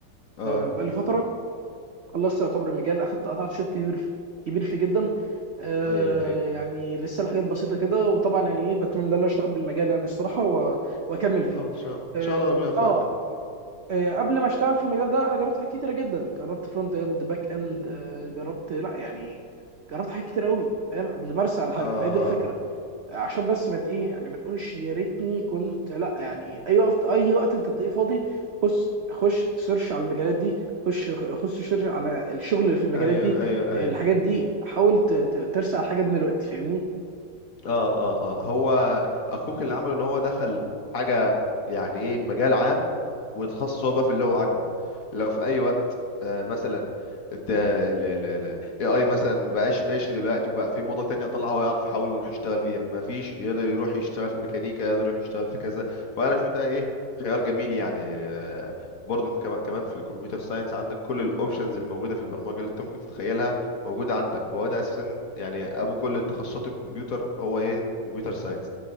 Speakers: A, on the left; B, on the right.
A: اه
B: بقالي فتره خلصت يعتبر المجال اخدت قطعت شوط كبير في كبير فيه جدا آه
A: ايوه ايوه
B: يعني لسه الحاجات بسيطه كده وطبعا يعني ايه بتمنى ان انا اشتغل بالمجال يعني الصراحه و... واكمل فيه
A: اه ان شاء الله
B: آه,
A: ان شاء الله ربنا يوفقك
B: اه
A: م.
B: آه، قبل ما اشتغل في المجال ده انا جربت حاجات كتيره جدا جربت فرونت اند باك اند آه جربت لا يعني جربت حاجات كتير قوي فاهم قبل ما ارسى على حاجه
A: اه
B: فهي دي الفكره
A: اه
B: عشان بس ما ت- ايه يعني ما تقولش يا ريتني كنت لا يعني اي وقت اي وقت انت تلاقيه فاضي خش خش سيرش على المجالات دي خش خش سيرش على الشغل اللي في المجالات
A: ايوه
B: دي
A: ايوه
B: الحاجات
A: ايوه
B: دي حاول ت- ت- ترسع على حاجه من الوقت فاهمني
A: اه اه اه هو اخوك اللي عمله ان هو دخل حاجه يعني ايه مجال عام وتخصص هو بقى في اللي هو عاجبه لو في اي وقت آه مثلا ده ال ال ال AI مثلا ما بقاش ماشي دلوقتي وبقى في موضه تانية طلع هو يعرف يحاول ويروح يشتغل فيها ما فيش يقدر يروح يشتغل في الميكانيكا يقدر يروح يشتغل في كذا فانا اشوف ده ايه خيار جميل يعني آه برضه انت كمان كمان في الكمبيوتر ساينس عندك كل الاوبشنز اللي موجوده في البرمجه اللي انت ممكن تتخيلها موجودة عندك وهو ده أساسا يعني أبو كل تخصصات الكمبيوتر هو إيه كمبيوتر ساينس